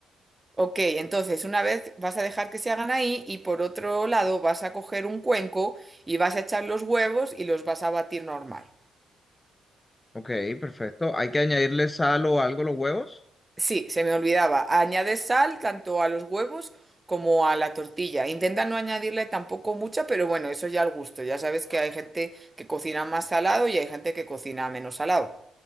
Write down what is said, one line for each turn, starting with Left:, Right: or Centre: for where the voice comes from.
Right: Ok, entonces una vez vas a dejar que se hagan ahí y por otro lado vas a coger un cuenco y vas a echar los huevos y los vas a batir normal.
Left: Ok, perfecto. ¿Hay que añadirle sal o algo a los huevos?
Right: Sí, se me olvidaba. Añade sal tanto a los huevos como a la tortilla. Intenta no añadirle tampoco mucha, pero bueno, eso ya al gusto. Ya sabes que hay gente que cocina más salado y hay gente que cocina menos salado.